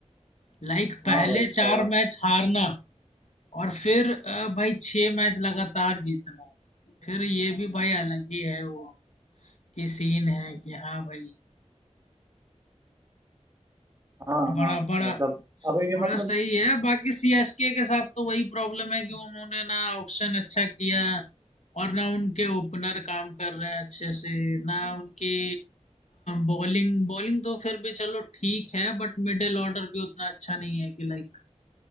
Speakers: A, on the left; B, on the right.
A: लाइक पहले
B: हाँ भाई
A: चार
B: अ,
A: मैच हारना और फिर अ, भाई छह मैच लगातार जीतना फिर ये भी भाई अलग ही है वो कि सीन है कि हाँ भाई
B: हाँ
A: बड़ा
B: हाँ
A: बड़ा
B: मतलब अब ये
A: बड़ा
B: मतलब
A: सही है बाकी सीएसके के साथ तो वही प्रॉब्लम है कि उन्होंने ना ऑक्शन अच्छा किया और ना उनके ओपनर काम कर रहे हैं अच्छे से ना उनकी बॉलिंग बॉलिंग तो फिर भी चलो ठीक है बट मिडिल ऑर्डर भी उतना अच्छा नहीं है कि लाइक